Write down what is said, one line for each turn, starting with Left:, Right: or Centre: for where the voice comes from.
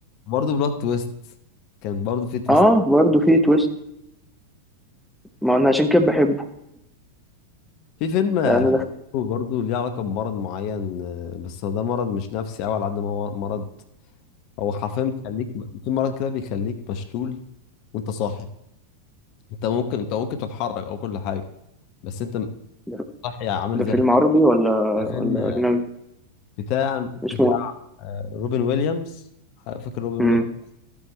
Left: برضه بلوت تويست كان برضه في تويست
Centre: اه برضه فيه تويست ما انا عشان كده بحبه
Left: في فيلم آه،
Centre: انا
Left: برضه ليه علاقة بمرض معين آه، بس هو ده مرض مش نفسي أوي على قد ما هو مرض هو حرفيا بيخليك في مرض كده بيخليك مشلول وأنت صاحي أنت ممكن أنت ممكن تتحرك أو كل حاجة بس أنت
Centre: دخلت
Left: صاحي عامل
Centre: ده
Left: زي
Centre: فيلم عربي ولا ولا
Left: فيلم
Centre: أجنبي
Left: بتاع
Centre: اسمه
Left: بتاع
Centre: إيه؟
Left: آه، روبن ويليامز آه، فاكر روبن
Centre: مم.
Left: ويليامز